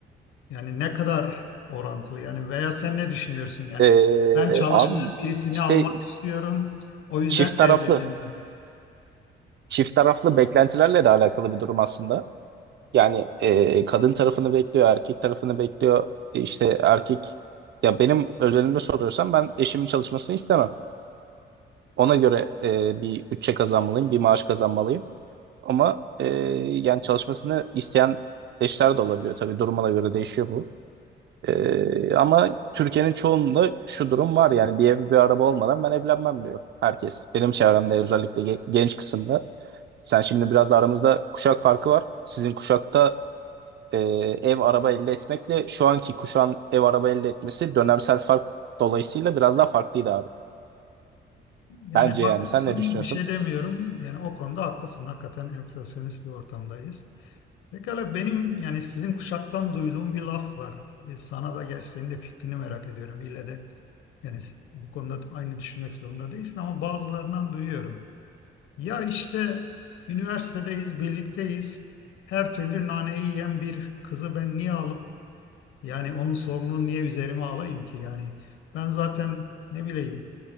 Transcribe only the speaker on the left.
Yani ne kadar orantılı yani veya sen ne düşünüyorsun yani
ben çalışmayan
birisini
almak istiyorum o yüzden
mi
evlenemiyorum?
Yani
haklısın
bir şey demiyorum yani o konuda haklısın hakikaten enflasyonist bir ortamdayız. Pekala benim yani sizin kuşaktan duyduğum bir laf var. Bir Sana da gerçi senin de fikrini merak ediyorum. İlle de yani bu konuda aynı düşünmek zorunda değilsin ama bazılarından duyuyorum. Ya işte üniversitedeyiz, birlikteyiz. Her türlü naneyi yiyen bir kızı ben niye alıp yani onun sorununu niye üzerime alayım ki? Yani ben zaten ne bileyim